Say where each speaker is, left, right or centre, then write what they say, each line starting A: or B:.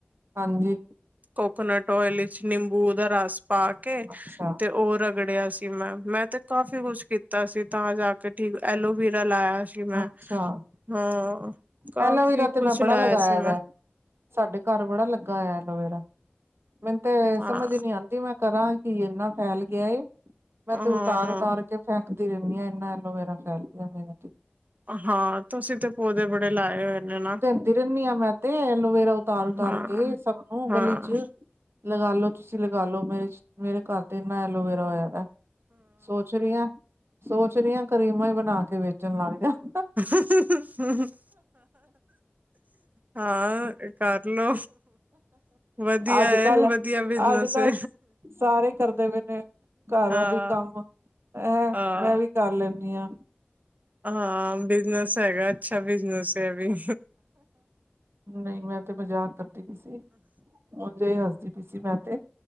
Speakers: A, on the right; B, on the right.
A: ਹਾਂਜੀ।
B: ਕੋਕੋਨਟ ਆਇਲ ਵਿੱਚ ਨਿੰਬੂ ਉਹਦਾ ਰਸ ਪਾ ਕੇ
A: ਅੱਛਾ
B: ਤੇ ਉ ਰ ਰਗੜਿਆ ਸੀ ਮੈਂ ਮੈਂ ਤੇ ਕਾਫੀ ਕੁਛ ਕੀਤਾ ਸੀ ਤਾਂ ਜਾ ਕੇ ਠੀਕ ਐਲੋਵਰਾ ਲਾਇਆ ਸੀ। ਕਿ ਮੈਂ
A: ਅੱਛਾ
B: ਹਾਂ ਕਾਫੀ
A: ਐਲੋਵੇਰਾ ਤੇ
B: ਕੁਛ
A: ਮੈਂ ਬੜਾ
B: ਲਾਇਆ
A: ਲਗਾਇਆ
B: ਸੀ ਮੈਂ
A: ਦਾ। ਸਾਡੇ ਘਰ ਬੜਾ ਲੱਗਾ ਹੋਇਆ ਐਲੋਵੇਰਾ ਮੈਨੂੰ ਤੇ
B: ਹਾਂ
A: ਸਮਝ ਨੀ ਆਉਂਦੀ ਮੈਂ ਕਰਾਂ। ਕੀ ਏਨਾ ਫੈਲ ਗਿਆ ਏ ਮੈਂ
B: ਹਾਂ
A: ਤੇ ਉਤਾਰ ਉਤਾਰ ਤੇ ਫੈਕਦੀ ਰਹਿੰਦੀ ਆ ਇੰਨਾ ਐਲੋਵੇਰਾ ਫੈਲ ਗਿਆ ਮੇਰਾ ਤਾ।
B: ਹਾਂ ਤੁਸੀਂ ਤੇ ਪੌਦੇ ਬੜੇ ਲਾਏ ਹੋਏ ਨੇ ਨਾ।
A: ਦਿੰਦੀ ਰਹਿੰਦੀ ਹਾਂ ਮੈਂ ਤੇ ਐਲੋਵੇਰਾ ਉਤਾਰ ਉਤਾਰ
B: ਹਾਂ।
A: ਕੇ ਸਭ ਨੂੰ
B: ਹਾਂ
A: ਗਲੀ ਚ। ਲਗਾਲੋ ਤੁਸੀਂ ਲਗਾਲੋ ਮਿਰਚ। ਮੇਰੇ ਘਰ ਤੇ ਏਨਾ ਐਲੋਵੇਰਾ ਹੋਇਆ ਵਾ ਸੋਚ ਰਹੀ ਹਾਂ। ਸੋਚ ਰਹੀ ਹਾਂ ਕਰੀਮਾਂ ਹੀ ਬਣਾ ਕੇ ਵੇਚਣ ਲੱਗ ਜਾ।
B: <unintelligible> ਹਾਂ ਕਰਲੋ ਵਧੀਆ
A: ਅੱਜ ਕੱਲ
B: ਏ ਵਧ ਵਧੀਆ ਬਿਜਨਸ
A: ਅੱਜ ਕੱਲ
B: ਏ।
A: ਸਾਰੇ ਕਰਦੇ ਪਏ ਨੇ ਘਰੋ
B: ਹਾਂ
A: ਦੀ ਕੰਮ ਏ
B: ਹਾਂ।
A: ਮੈਂ ਵੀ ਕਰ ਲੈਂਣੀ ਆ।
B: ਹਾਂ ਬਿਜਨਸ ਹੈਗਾ ਅੱਛਾ ਬਿਜਨਸ ਇਹ ਵੀ।
A: ਨਹੀਂ ਮੈਂ ਤੇ ਮਜ਼ਾਕ ਕਰਦੀ ਪਈ ਸੀ। ਉਂਝ ਹੀ ਹੱਸਦੀ ਪਈ ਸੀ ਮੈਂ ਤੇ